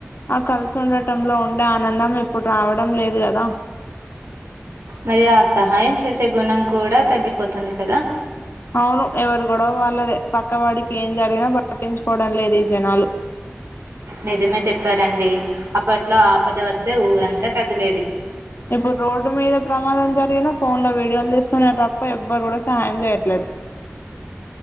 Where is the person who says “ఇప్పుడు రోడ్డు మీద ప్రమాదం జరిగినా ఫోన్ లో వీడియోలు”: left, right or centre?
Left